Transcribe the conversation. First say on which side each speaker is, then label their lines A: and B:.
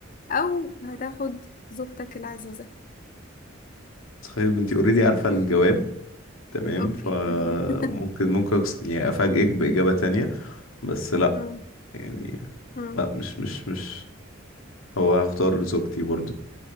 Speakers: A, on the left; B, on the left.
A: او هتاخد زوجتك العزيزة
B: طيب انتي اوريدي عارفة الجواب تمام
A: اوكي
B: فممكن
A: <laughs>
B: ممكن أقص- يعني افاجئك بإجابة تانية بس لا
A: مم.
B: يعني
A: مم.
B: لا مش مش مش هو هختار زوجتي برضو